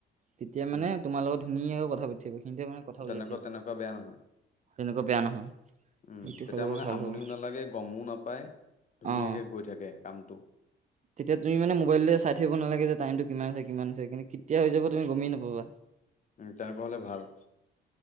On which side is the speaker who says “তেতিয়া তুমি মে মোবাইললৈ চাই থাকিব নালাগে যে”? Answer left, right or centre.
Right